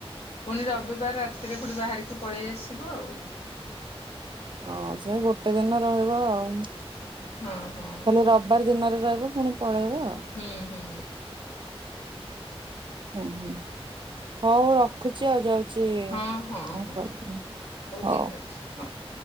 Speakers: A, on the left; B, on the right.
A: ପୁଣି ରବିବାର ରାତିରେ ପୁଣି ବାହାରିକି ପଳେଇ ଆସିବ ଆଉ।
B: ହଁ ସେ ଗୋଟେ ଦିନ ରହିବ ଆଉ
A: ହଁ ହଁ
B: ଖାଲି ରବିବାର ଦିନରେ ରହିବ। ପୁଣି ପଳେଇବ।
A: ହୁଁ ହୁଁ
B: ଓ ହୁଁ ହଉ ରଖୁଛି ଆଉ ଯାଉ ଛି
A: ହଁ ହଁ
B: କଣ
A: ହଁ
B: କରିବି ହଉ
A: ଠିକ୍ ଅଛି ହଉ